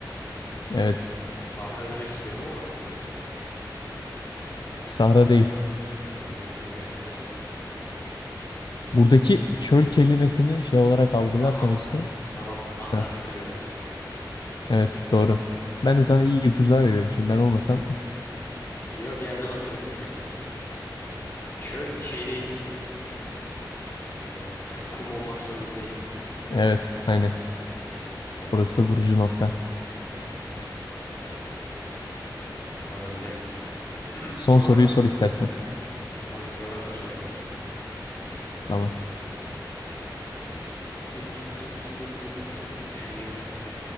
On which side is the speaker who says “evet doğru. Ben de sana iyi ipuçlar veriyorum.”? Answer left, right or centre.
Left